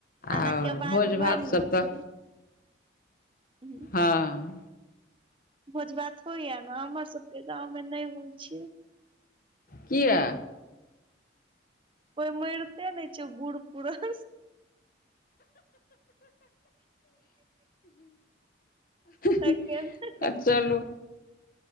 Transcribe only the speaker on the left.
आओर
भोज
भात
सब तऽ
हँ।
किया।
<unintelligible>
आ चलू।